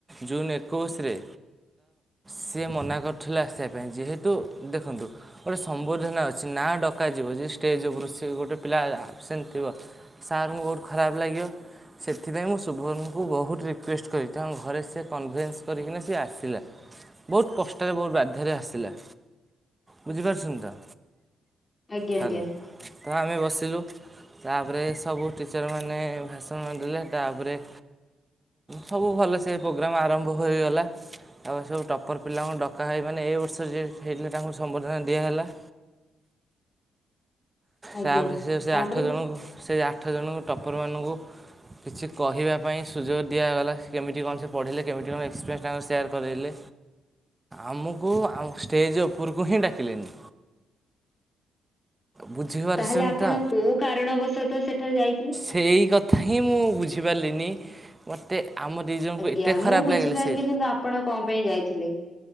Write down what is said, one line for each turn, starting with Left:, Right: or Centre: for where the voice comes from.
Right: ଜୁନ୍ ଏକୋଇଶିରେ। ସିଏ ମନା କରିଥିଲା ଆସିବା ପାଇଁ। ଯେହେତୁ ଦେଖନ୍ତୁ ଗୋଟେ ସମ୍ବର୍ଦ୍ଧନା ଅଛି ନା ଡକା ଯିବ ଯଦି ଷ୍ଟେଜ୍ ଉପରୁ ସେ ଗୋଟେ ପିଲା ଆବସେଣ୍ଟ ଥିବ ସାରଙ୍କୁ ବହୁତ ଖରାପ ଲାଗିବ। ସେଥିପାଇଁ ମୁଁ ଶୁଭମଙ୍କୁ ବହୁତ ରିକ୍ୱେଷ୍ଟ କଲି ତାଙ୍କ ଘରେ ସେ କନଭେନ୍ସ କରିକିନା ସିଏ ଆସିଲା। ବହୁତ କଷ୍ଟରେ ବହୁତ ବାଧ୍ୟାରେ ଆସିଲା, ବୁଝିପାରୁଛନ୍ତି ତ?
Left: ଆଜ୍ଞା
Right: ହ୍ୟାଲୋ।
Left: ଆଜ୍ଞା
Right: ତ ଆମେ ବସିଲୁ। ତାପରେ ସବୁ ଟିଚର୍ ମାନେ ଭାଷଣ ଦେଲେ ତାପରେ ସବୁ ଭଲସେ ପ୍ରୋଗ୍ରାମ୍ ଆରମ୍ଭ ହୋଇଗଲା। ତା ପରେ ସବୁ ଟପର୍ ପିଲାଙ୍କୁ ଡକା ହୋଇ ମାନେ ଏ ବର୍ଷ ଯିଏ ଫେରିବେ ତାଙ୍କୁ ସମ୍ବର୍ଦ୍ଧନା ଦିଆ ହେଲା।
Left: ଆଜ୍ଞା
Right: ତା ପରେ ସେ ସେ
Left: ତାପରେ
Right: ଆଠ ଜଣଙ୍କୁ, ସେ ଆଠ ଜଣଙ୍କୁ ଟପର ମାନଙ୍କୁ କିଛି କହିବା ପାଇଁ ସୁଯୋଗ ଦିଆଗଲା। କେମିତି କଣ ସେ ପଢ଼ିଲେ କେମିତି କଣ ଏକ୍ସପେଏନ୍ସ ତାଙ୍କର ସେୟାର୍ କରିଲେ?
Left: ହ
Right: ଆମକୁ ଆଉ ଷ୍ଟେଜ୍ ଉପରକୁ ହିଁ ଡାକିଲେନି। ବୁଝିପାରୁଛନ୍ତି
Left: ତା ହେଲେ ଆପଣ
Right: ତ?
Left: କୋଉ କାରଣ ବଶତଃ ସେଠି ଯାଇଥିଲେ?
Right: ସେଇ କଥା ହିଁ ମୁଁ ବୁଝିପାରିଲିନି। ମୋତେ ଆମ ଦି ଜଣକୁ
Left: ଆଜ୍ଞା
Right: ଏତେ ଖରାପ
Left: ମୁଁ ବୁଝିପାରିଲି
Right: ଲାଗିଲେ ସେ
Left: କିନ୍ତୁ ଆପଣ କଣ ପେଇଁ ଯାଇଥିଲେ?